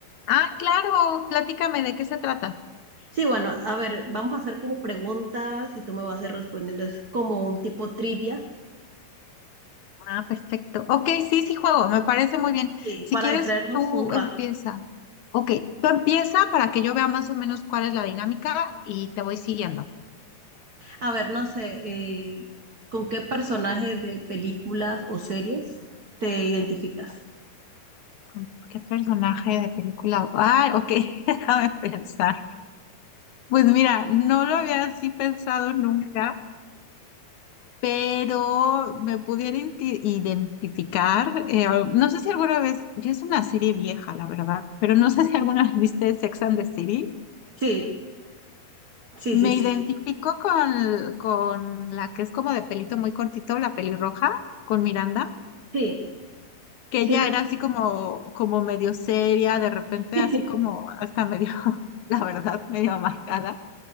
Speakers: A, on the left; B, on the right.
A: Ah, claro, platícame de qué se trata.
B: Sí, bueno, a ver, vamos a hacer como preguntas y tú me vas a ir respondiendo. Es como un tipo trivia
A: Ah, perfecto. Ok, sí, sí juego, me parece muy bien.
B: eh,
A: Si
B: para
A: quieres,
B: distraernos
A: tú
B: un rato.
A: empieza. Ok, tú empieza para que yo vea más o menos cuál es la dinámica y te voy siguiendo.
B: A ver, no sé, eh, ¿con qué personaje de películas o series te identificas?
A: ¿Con ¿Qué personaje de película? Ah, ok, <laughs> déjame pensar. Pues mira, no lo había así pensado nunca. pero me pudiera inti- identificar. eh, al- no sé si alguna vez, ya es una serie vieja, la verdad, pero no sé <laughs> si alguna vez viste Sex and the City.
B: Sí, sí,
A: Me
B: sí, sí,
A: identifico
B: sí,
A: con, con la que es como de pelito muy cortito, la pelirroja, con Miranda,
B: sí,
A: que
B: sí,
A: ella
B: lo
A: era
B: ubico.
A: así como, como medio seria, de repente
B: <laughs>
A: así como hasta medio, <laughs> la verdad, medio amargada.